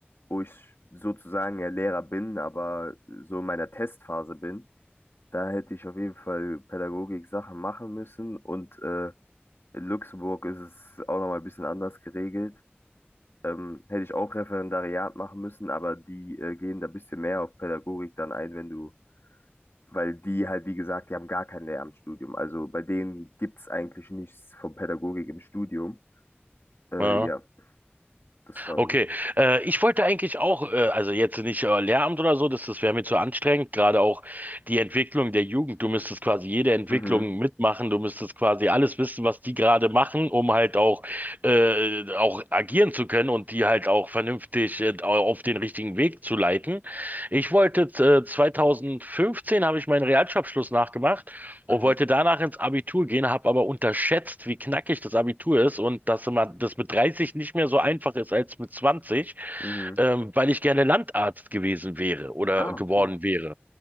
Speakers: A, on the left; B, on the right.
A: wo ich sozusagen ja Lehrer bin, aber so in meiner Testphase bin. Da hätte ich auf jeden Fall Pädagogik-Sachen machen müssen. Und äh, in Luxemburg ist es auch nochmal ein bisschen anders geregelt. Ähm, hätte ich auch Referendariat machen müssen, aber die äh, gehen da ein bisschen mehr auf Pädagogik dann ein, wenn du, weil die halt, wie gesagt, die haben gar kein Lehramtsstudium. Also bei denen gibt es eigentlich nichts von Pädagogik im Studium. Äh,
B: Ja.
A: ja, das war
B: Okay,
A: so.
B: äh, ich wollte eigentlich auch, äh, also jetzt nicht äh, Lehramt oder so, das, das wäre mir zu anstrengend, gerade auch die Entwicklung der Jugend. Du müsstest quasi jede Entwicklung
A: Mhm,
B: mitmachen, du müsstest quasi alles wissen, was die gerade machen, um halt auch, äh, auch agieren zu können und die halt auch vernünftig äh, auf den richtigen Weg zu leiten. Ich wollte, äh, 2015 habe ich meinen Realschulabschluss nachgemacht und
A: mhm,
B: wollte danach ins Abitur gehen, habe aber unterschätzt, wie knackig das Abitur ist und dass immer das mit 30 nicht mehr so einfach ist als mit 20,
A: mhm.
B: ähm, weil ich gerne Landarzt gewesen wäre oder
A: Ah,
B: geworden
A: okay.
B: wäre.